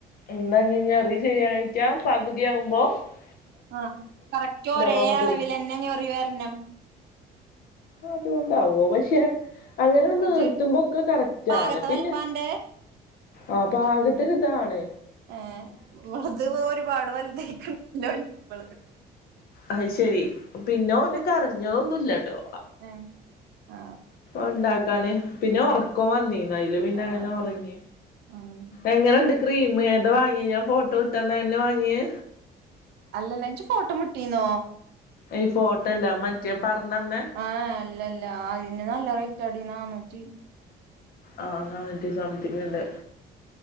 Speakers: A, on the left (about 60°); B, on the right (about 75°).
A: എന്താന്നറിഞഞ്ഞാ ശരിയായിട്ടാ ഞാൻ പകുതി തി ഉ്പോ <unintelligible>
B: ആ കറക്റ്റ് ഒരേ
A: റൗണ്ടില്
B: അളവിലന്നെ ഞൊറി വരനം
A: അതുകൊണ്ടാവോ പക്ഷേ അങ്ങനെഇന്നെ
B: ഇജ്ജ്
A: നിർത്തുമ്പോക്കെ കറക്റ്റാണ്
B: പാകത്തെ
A: പിന്നെ
B: വലിപ്പാ അന്റെ
A: ആ പാകത്തിനിതാണ്
B: ഏ വളുത് ഒരുപാട് <unintelligible> വലുതല്ലോലുളുത്
A: അത് ശരി പിന്നെ ഓനു കരഞ്ഞോന്നുംല്ലട്ടോ
B: എ ആ
A: ഉണ്ടാക്കാന് പിന്നെ ഒറക്കോൻ വന്നീ അയിലെ പിന്നങ്ങനെ
B: ആഹ്
A: ഉറങ്ങി
B: ഉം
A: എങ്ങനൊണ്ട് ക്രീം ഏതാ വാങ്ങിയെ ഞാൻ ഫോട്ടോ ഇട്ടന്ന തന്നെയാ വാങ്ങിയെ
B: അല്ലല്ല ച്ചെ ഫോട്ടോ മുട്ടീന്നോ
A: ഈ ഫോട്ടോല്ല മറ്റേ പറഞ്ഞന്നെ
B: ആ അല്ലല്ല ആയിന് നല്ല റേറ്റ് അടിന്നാണു ജ <inaudible>
A: ആ ആ എനിക്ക് സമത്തിനുണ്ട്